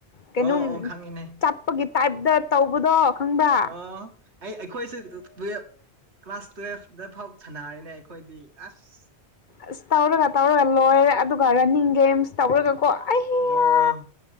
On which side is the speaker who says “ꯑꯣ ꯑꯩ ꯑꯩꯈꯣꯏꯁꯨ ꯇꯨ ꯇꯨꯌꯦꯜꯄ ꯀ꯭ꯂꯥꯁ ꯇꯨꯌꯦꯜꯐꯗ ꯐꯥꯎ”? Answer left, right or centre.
Right